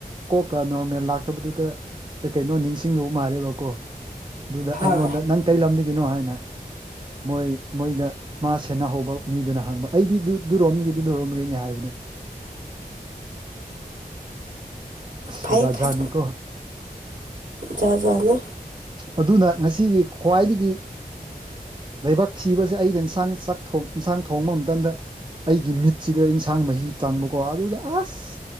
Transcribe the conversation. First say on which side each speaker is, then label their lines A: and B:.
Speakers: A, on the right; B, on the right.
A: ꯀꯣꯛꯀ ꯅꯣꯔꯃꯦꯜ ꯂꯥꯛꯇꯕꯗꯨꯗ ꯀꯩ ꯀꯩꯅꯣ ꯅꯤꯡꯁꯤꯡꯂꯧ ꯃꯥꯜꯂꯦꯕ ꯀꯣ ꯑꯗꯨꯗ
B: ꯍꯣꯏ
A: ꯑꯩꯉꯣꯟꯗ ꯅꯪ ꯀꯩ ꯂꯝꯗꯥꯒꯤꯅꯣ ꯍꯥꯏꯅ ꯃꯣꯏ ꯃꯣꯏꯗ ꯃꯥ ꯁꯦꯟꯅꯍꯧꯕ ꯃꯤꯗꯨꯅ ꯍꯪꯕ ꯑꯩꯗꯤ ꯑꯗꯨꯗꯨꯔꯣꯝꯒꯤꯗꯨꯔꯣꯝꯒꯦꯅꯤ ꯍꯥꯏꯕꯅꯤ ꯑꯁ
B: ꯐꯩ
A: ꯖꯥꯠ
B: ꯐꯥꯏ
A: ꯖꯥꯠꯅꯤꯀꯣ
B: ꯆꯖꯥꯅꯦ
A: ꯑꯗꯨꯅ ꯉꯁꯤꯒꯤ ꯈ꯭ꯋꯥꯏꯗꯒꯤ ꯂꯩꯥꯏꯕꯛ ꯊꯤꯕꯁꯦ ꯑꯩꯅ ꯏꯟꯁꯥꯡ ꯆꯥꯛ ꯏꯟꯁꯥꯡ ꯊꯣꯡꯕ ꯃꯇꯝꯗ ꯑꯩꯒꯤ ꯃꯤꯠꯁꯤꯗ ꯏꯟꯁꯥꯡ ꯃꯍꯤ ꯆꯪꯕꯀꯣ ꯑꯗꯨꯗ ꯑꯁ